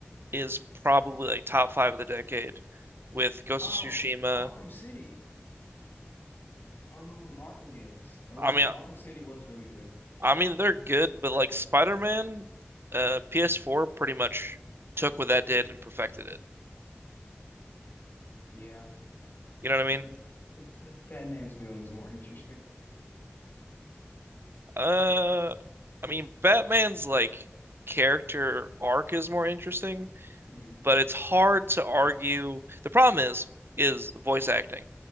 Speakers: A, on the right; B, on the left.
A: is probably like top five of the decade with Ghost
B: Oh,
A: of Tsushima.
B: Arkham City. Oh, Arkham games. Those
A: I mean,
B: were- Arkham City was really good.
A: I mean they're good, but like Spider-Man, uh, PS4 pretty much took what that did and perfected it.
B: Yeah.
A: You know what I mean?
B: But but Batman's villain's more interesting.
A: Uh, I mean Batman's like character arc is more interesting
B: hmm
A: but it's hard to argue. The problem is is voice acting.